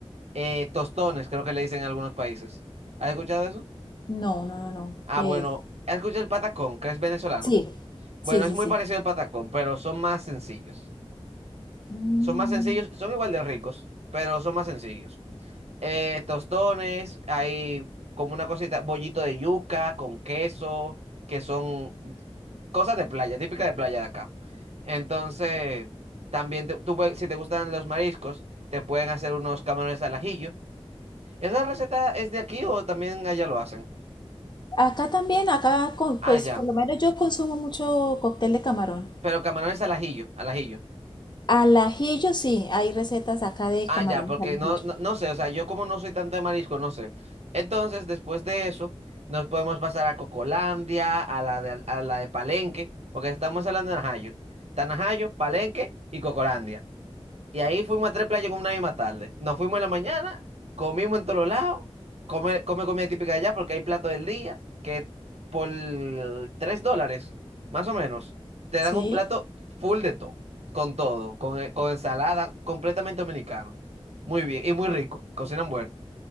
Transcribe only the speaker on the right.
eh, tostones, creo que le dicen en algunos países. ¿Has escuchado eso?
Ah,
bueno,
¿has escuchado el patacón, que es venezolano?
Bueno,
es
muy
parecido al patacón, pero son más sencillos.
Son más sencillos, son igual de ricos, pero son más sencillos. Eh, tostones, hay como una cosita, bollito de yuca con queso, que son cosas de playa, típica de playa de acá. Entonces, también te- tú, puedes- si te gustan los mariscos, te pueden hacer unos camarones al ajillo. ¿Esa receta es de aquí o también allá lo hacen?
Ah,
ya.
Pero camarones al ajillo, al ajillo.
Ah,
ya, porque
no, no, no sé, o sea, yo como no soy tanto de marisco, no sé. Entonces, después de eso, nos podemos pasar a Cocolandia, a la de, a la de Palenque, porque estamos hablando de Najayo. Está Najayo, Palenque y Cocolandia. Y ahí fuimos a tres playas con una misma tarde. Nos fuimos en la mañana, comimos en todos lados, come, come comida típica de allá porque hay plato del día que por tres dólares, más o menos, te dan
un plato full de todo, con todo, con, e- con ensalada, completamente dominicano. Muy bien y muy rico, cocinan bueno.